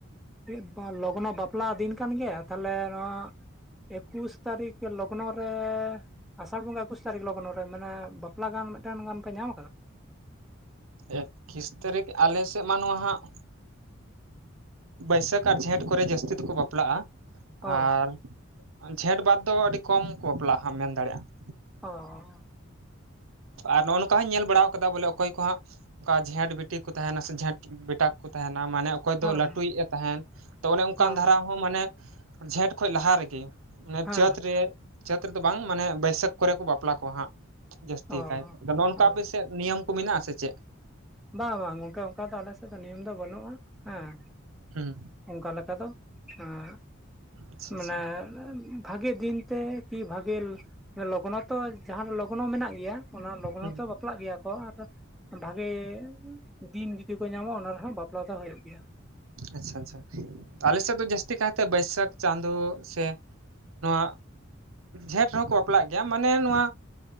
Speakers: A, in the centre; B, on the right.
A: <inaudible> ᱞᱚᱜᱱᱚ ᱵᱟᱯᱞᱟ ᱫᱤᱱ ᱠᱟᱱ ᱜᱮᱭᱟ ᱛᱷᱟᱞᱮ ᱱᱚᱣᱟ ᱾ ᱮᱠᱩᱥ ᱛᱟᱨᱤᱠᱷ ᱞᱚᱜᱽᱱᱚ ᱨᱮᱻ ᱟᱥᱟᱲ ᱵᱚᱸᱜᱟ ᱮᱠᱩᱥ ᱛᱟᱨᱤᱠᱷ ᱞᱚᱜᱽᱱᱚ ᱨᱮ ᱢᱟᱱᱮ ᱵᱟᱯᱞᱟ ᱜᱟᱱ ᱢᱤᱫᱴᱮᱱ ᱜᱟᱱ ᱯᱮ ᱧᱟᱢ ᱟᱠᱟᱫᱟ?
B: ᱮᱠ ᱠᱤᱥ ᱛᱟᱨᱤᱠᱷ ᱟᱞᱮ ᱥᱮᱜ ᱢᱟ ᱱᱚᱣᱟ ᱦᱟᱸᱜ ᱵᱟᱹᱭᱥᱟᱹᱠᱷ ᱟᱨ ᱡᱷᱮᱸᱴ ᱠᱚᱨᱮ ᱡᱟᱹᱥᱛᱤ ᱫᱚᱠᱩ ᱵᱟᱯᱞᱟᱜ-ᱟ
A: ᱚ
B: ᱾ ᱟᱨ ᱡᱷᱮᱸᱴ ᱵᱟᱫᱽ ᱫᱚ ᱟᱹᱰᱤ ᱠᱚᱢ ᱠᱚ ᱵᱟᱯᱞᱟᱜ-ᱟ ᱦᱟᱢ ᱢᱮᱱ ᱫᱟᱲᱮᱭᱟᱜ-ᱟ ᱟᱢ ᱾
A: ᱚᱻ
B: ᱟᱨ ᱱᱚᱜᱼᱚ ᱱᱚᱝᱠᱟ ᱦᱚᱸᱧ ᱧᱮᱞ ᱵᱟᱲᱟ ᱠᱟᱫᱟ ᱵᱚᱞᱮ ᱚᱠᱚᱭ ᱠᱚ ᱦᱟᱸᱜ ᱚᱠᱟ ᱡᱷᱮᱸᱴ ᱵᱤᱴᱤ ᱠᱚ ᱛᱟᱦᱮᱸᱱᱟ ᱥᱮ ᱡᱷᱮᱸᱴ ᱵᱮᱴᱟ ᱠᱚ ᱛᱟᱦᱮᱸᱱᱟ ᱢᱟᱱᱮ ᱚᱠᱚᱭ
A: ᱦᱮᱸ
B: ᱫᱚ ᱞᱟᱹᱴᱩᱭᱤᱡ ᱮ ᱛᱟᱦᱮᱸᱱ ᱛᱚ ᱚᱱᱮ ᱚᱝᱠᱟᱱ
A: ᱦᱮᱸ
B: ᱫᱷᱟᱨᱟ ᱦᱚᱸ ᱢᱟᱱᱮ ᱡᱷᱮᱸᱴ ᱠᱷᱚᱡ ᱞᱟᱦᱟ ᱨᱮᱜᱮ ᱢᱟᱱᱮ
A: ᱦᱮᱸ
B: ᱪᱟᱹᱛ ᱨᱮ ᱪᱟᱹᱛ ᱨᱮᱫᱚ ᱵᱟᱝ ᱢᱟᱱᱮ ᱵᱟᱹᱭᱥᱟᱹᱠᱷ ᱠᱚᱨᱮ ᱠᱚ ᱵᱟᱯᱞᱟ ᱠᱚᱣᱟ ᱦᱟᱸᱜ ᱡᱟᱹᱥᱛᱤ ᱛᱤᱠᱟᱭ
A: ᱚ
B: ᱱᱚᱝᱠᱟ
A: ᱚ
B: ᱟᱯᱮ ᱥᱮᱜ ᱱᱤᱭᱚᱢ ᱠᱚ ᱢᱮᱱᱟᱜ-ᱟ ᱥᱮ ᱪᱮᱜ?
A: ᱵᱟ ᱵᱟᱝ ᱜᱚᱝᱠᱮ ᱩᱝᱠᱟ ᱫᱚ ᱟᱞᱮ ᱥᱮᱫ ᱫᱚ ᱱᱤᱭᱚᱢ ᱫᱚ ᱵᱟᱹᱱᱩᱜ-ᱟ ᱦᱮᱸ ᱾
B: ᱦᱩᱸ
A: ᱩᱝᱠᱟ ᱞᱮᱠᱟ ᱫᱚ ᱟᱜ
B: ᱟᱪᱪᱷᱟ
A: ᱢᱟᱱᱮ
B: ᱟᱪᱪᱷᱟ
A: <inaudible> ᱵᱷᱟᱜᱮ ᱫᱤᱱ ᱛᱮ ᱠᱤ ᱵᱷᱟᱜᱮ ᱞᱚᱜᱽᱱᱚ ᱾ ᱛᱚ ᱡᱟᱦᱟᱸ ᱞᱚᱜᱽᱱᱚ ᱢᱮᱱᱟᱜ ᱜᱮᱭᱟ ᱚᱱᱟ ᱞᱚᱜᱽᱱᱚ
B: ᱦᱩᱸ
A: ᱛᱚ ᱵᱟᱯᱞᱟᱜ ᱜᱮᱭᱟ ᱠᱚ ᱟᱫᱚ ᱵᱷᱟᱜᱮ ᱾ ᱫᱤᱱ ᱡᱩᱫᱤ ᱠᱚ ᱧᱟᱢᱚ ᱚᱱᱟ ᱨᱮᱦᱚᱸ ᱵᱟᱯᱞᱟ ᱫᱚ ᱦᱳᱭᱳᱜ ᱜᱮᱭᱟ ᱾
B: ᱟᱪᱪᱷᱟ ᱟᱪᱪᱷᱟ ᱟᱞᱮ ᱥᱮᱫ ᱫᱚ ᱡᱟᱹᱥᱛᱤ ᱠᱟᱭ ᱛᱮ ᱵᱟᱹᱭᱥᱟᱹᱠᱷ ᱪᱟᱸᱫᱳ ᱥᱮ ᱱᱚᱣᱟ ᱡᱷᱮᱸᱴ ᱨᱮᱦᱚᱸ ᱠᱚ ᱵᱟᱯᱞᱟᱜ ᱜᱮᱭᱟ ᱢᱟᱱᱮ ᱱᱚᱣᱟ